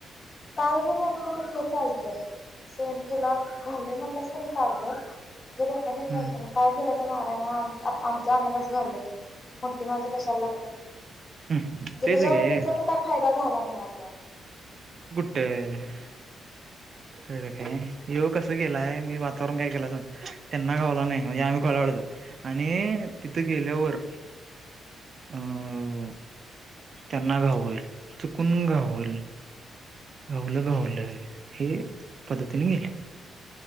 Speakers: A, on the left; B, on the right.
A: ण नक हे चालतं सेम तुला घ म्हणस <unintelligible> कागोलतं
B: हम्म
A: मग काय घ <unintelligible> मग आम्हाला, आमचं आम्हालाच घावलं की मोठी माणसं कशाला लागतात.
B: हम्म
A: म्हणजे
B: तेच
A: त्याच्यावर
B: गे
A: तिचा तर काय फायदा झाला नाही आपल्याला.
B: तेे <unintelligible> कळलं काय, येव कसं गेलाय मी वातावरण काय केलं सग त्यांना गावला नाही. म्हणजे आम्ही खळ! आणि, तिथं गेल्यावर अं त्यांना घावेल, चुकून घावेल! गावलं, गावलं, हे पद्धतीने गेलं.